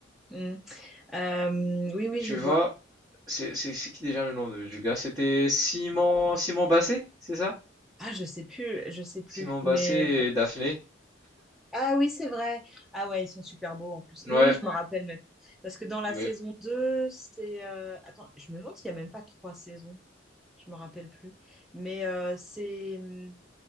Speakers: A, in the centre; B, on the right.
A: Hmm. Euh, oui, oui,
B: Tu
A: je vois.
B: vois, c'est, c'est, c'est qui déjà le nom de- du gars? C'était Simon, Simon Basset, c'est ça?
A: Ah, je sais plus, je sais plus.
B: Simon
A: Mais
B: Basset et Daphné.
A: ah oui, c'est vrai. Ah ouais, ils sont super beaux en plus.
B: Ouais,
A: Oui, oui, je me rappelle maintenant. Parce que dans la
B: ouais.
A: saison 2, c'est euh, attends, je me demande s'il y a même pas trois saisons. Je me rappelle plus. Mais euh, c'est mmh,